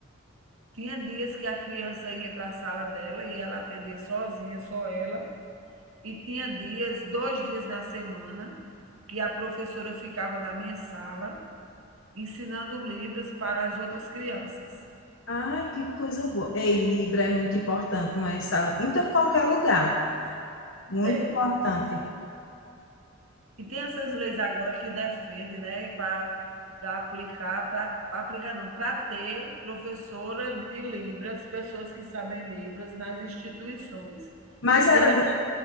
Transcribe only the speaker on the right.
Tinha dias que a criança ia para a sala dela e ela atendia sozinha, só ela. E tinha dias, 2 dias na semana, que a professora ficava na minha sala ensinando Libras para as outras crianças.
É.
E tem essas leis agora que defende, né, para para aplicar, para aplicar não, para ter professora de Libras, pessoas que sabem Libras nas instituições,
que
era,